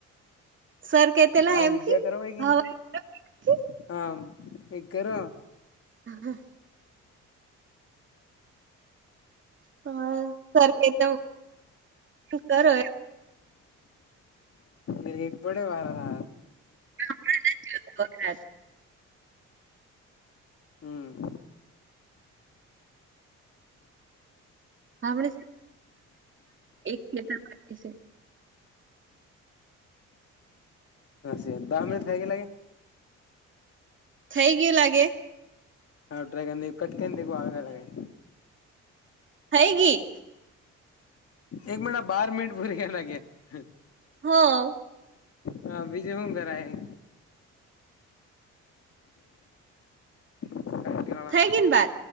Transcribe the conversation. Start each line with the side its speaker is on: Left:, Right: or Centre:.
Right: સર કેતેલા
Left: કાલે
Right: એમ
Left: વિદ્યા
Right: કે
Left: કરો હોય કેમ
Right: હવા કે
Left: આમ કંઈક કરો
Right: હ હ હા સરખ ત કરો
Left: એ એકપડ વાાર હ
Right: <inaudible>
Left: હમ
Right: હા એક કે છે.
Left: હા સ દ મિટથ ગ લાગે
Right: થઈ ગયું લાગે
Left: હા ડ્રગન કટકીન દીગું આગ લગે
Right: હેગી
Left: એક મિટ બાર મનિટ ભૂરી ગયા લાગયા
Right: હા
Left: હા બીજું શું કરાય કાઠિયાવાડ
Right: થઈ
Left: કામ
Right: કન બા